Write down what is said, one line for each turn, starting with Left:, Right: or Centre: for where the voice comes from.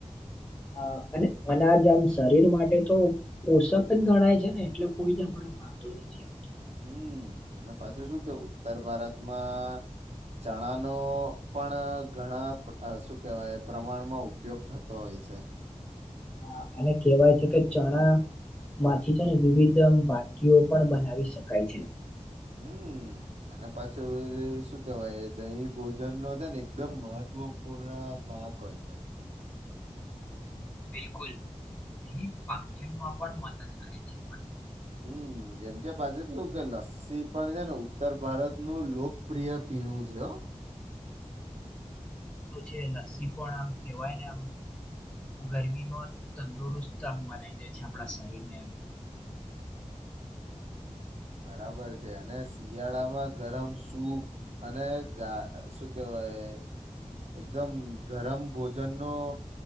Left: આ અને અનાજ આમ શરીર માટે તો પોષક જ ગણાય છે ને એટલે કોઈને પણ ભાવતો નથી.
Right: હમ અને પાછુ શું કે ઉત્તર ભારતમાં ચણાનો પણ ઘણા શું કેવાય પ્રમાણમાં ઉપયોગ થતો હોય. છે.
Left: હા અને કેહેવાય છે કે ચણા માથી છેને વિવિધ એમ વાનગીઓ પણ બનાવી શકાય છે.
Right: હમ અને પાછું શું કેવાય દહીં ભોજનનો છે ને એકદમ મહ ત્વ પૂર્ણ ભાગ હોય છે.
Left: બિલકુલ અહી પાચનમાં પણ મદદ કરે છે આપણને
Right: હમ જેમ કે પાછુ કેવું કે લસ્સી પણ છે ને ઉત્તર ભારતનું લોકપ્રિય પીણું છે હ <inaudible>
Left: તો છે લસ્સી પણ આમ કેવાય ને આમ ગરમીમાં તંદુરસ્ત એમ બનાવી દે છે આપણા શરીરને
Right: <inaudible> બરાબર છે અને શિયાળામાં ગરમ સૂપ અને ગા શું કેવાય એકદમ ગરમ ભોજનનો